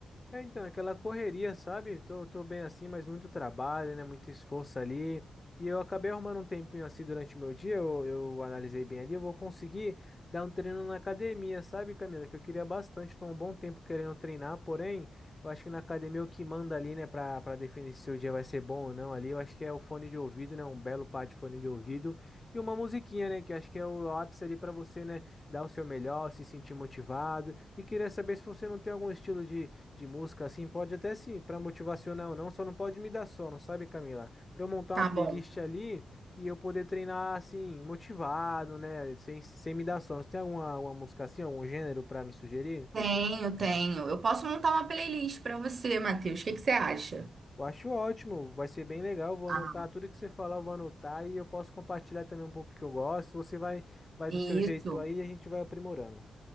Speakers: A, on the left (about 30°); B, on the right (about 60°).
A: É, então, aquela correria, sabe? Tô, tô bem assim, mas muito trabalho, né? Muito esforço ali. E eu acabei arrumando um tempinho assim durante o meu dia, eu, eu analisei bem ali, eu vou conseguir dar um treino na academia, sabe, Camila? Que eu queria bastante, tô há um bom tempo querendo treinar, porém, eu acho que na academia o que manda ali, né, pra, pra definir se o dia vai ser bom ou não ali, eu acho que é o fone de ouvido, né? Um belo par de fone de ouvido e uma musiquinha, né? Que acho que é o ápice ali pra você, né, dar o seu melhor, se sentir motivado. E queria saber se você não tem algum estilo de de música, assim, pode até sim, para motivacional não, só não pode me dar sono, sabe, Camila? para eu montar
B: Tá
A: uma playlist
B: bom.
A: ali e eu poder treinar, assim, motivado, né? Sem, sem me dar sono. Você tem alguma, alguma música assim, algum gênero para me sugerir?
B: Tenho, tenho. Eu posso montar uma playlist pra você, Matheus. O que que você acha?
A: Eu acho ótimo, vai ser bem legal. Vou
B: Ah,
A: anotar tudo que você falar, eu vou anotar e eu posso compartilhar também um pouco que eu gosto. Você vai, vai
B: Isso,
A: do seu jeito aí e a gente vai aprimorando.